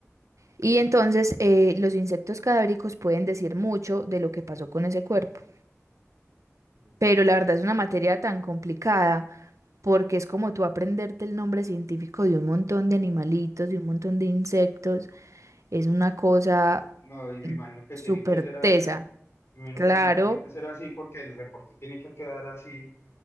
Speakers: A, on the right; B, on the left.
A: Y
B: sí.
A: entonces eh, los insectos cadavéricos pueden decir mucho de lo que pasó con ese cuerpo.
B: Ok.
A: Pero la verdad es una materia tan complicada porque es como tú aprenderte el nombre científico de un montón de animalitos, de un montón de insectos. Es una cosa
B: No, y me
A: mm,
B: imagino que
A: súper
B: tiene que ser así.
A: tesa.
B: Me imagino
A: Claro,
B: que también tiene que ser así porque el reporte tiene que quedar así,